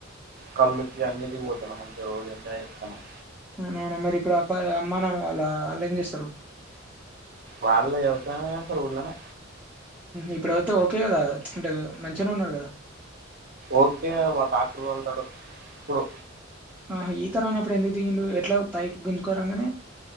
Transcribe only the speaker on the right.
కళ్ళుకి అన్నిటికి పోతన్నాము మంచిగా రోజు ఎంజాయ్ చేసుతున్నాం
వాళ్ళ వ్యవసాయం వెతారు ఊళ్లనే
ఓకే వాడు టాక్టర్ తోలుతాడు ఇప్పుడు